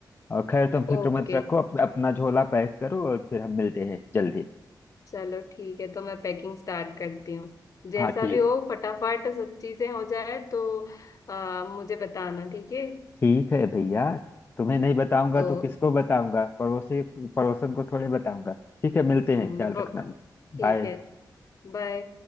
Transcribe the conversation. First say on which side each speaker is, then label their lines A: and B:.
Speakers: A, on the left; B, on the left.
A: और खैर तुम फिक्र
B: ओके
A: मत रखो अप, अपना झोला पैक करो और फिर हम मिलते हैं जल्दी
B: चलो ठीक है तो मैं पैकिंग स्टार्ट करती हूँ जैसा
A: हाँ ठीक
B: भी हो
A: है
B: फटाफट सब चीजें हो जाए तो आ, मुझे बताना ठीक है
A: ठीक है भैया तुम्हें नहीं बताऊंगा
B: ओ
A: तो किसको बताऊंगा पड़ोसी पड़ोसन को थोड़े बताऊंगा ठीक है मिलते
B: हम्म,
A: हैं ख्याल
B: ब-
A: रखना
B: ठीक
A: बाय
B: है बाय